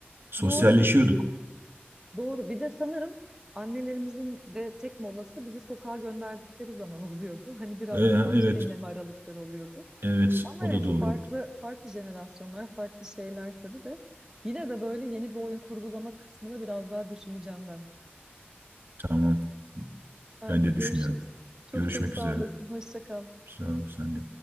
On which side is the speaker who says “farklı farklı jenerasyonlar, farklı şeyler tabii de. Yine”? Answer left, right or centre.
Right